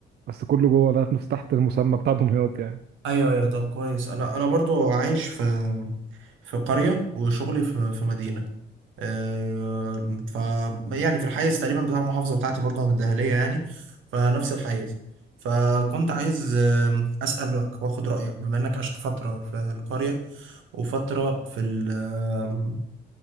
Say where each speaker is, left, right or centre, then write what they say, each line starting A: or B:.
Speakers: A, on the right; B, on the right.
A: بس كله جوه ده نفس تحت المسمى بتاع دمياط يعني
B: ايوه ايوه طب كويس انا انا برضو عايش في في قرية وشغلي في في مدينة آم، ف يعني في الحيز تقريبا بتاع المحافظة بتاعتي برضه من الدهلية يعني فنفس الحيز فكنت عايز آم، أسألك وآخد رأيك بما إنك عشت فترة في القرية وفترة في ال آم،